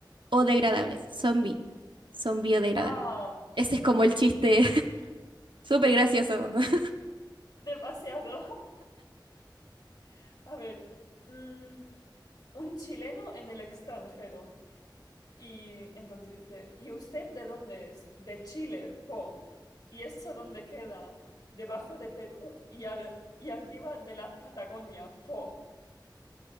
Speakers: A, on the right; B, on the left.
A: o degradables. Zombie. Son biodegradables.
B: Ah,
A: Ese es
B: uy,
A: como el chiste. <laughs> Súper gracioso. <laughs>
B: demasiado. <laughs> A ver, mm, un chileno en el extranjero. Y entonces dice, ¿y usted de dónde es? De Chile, po. ¿Y eso dónde queda? Debajo de Perú y, ar- y arriba de la Patagonia, po.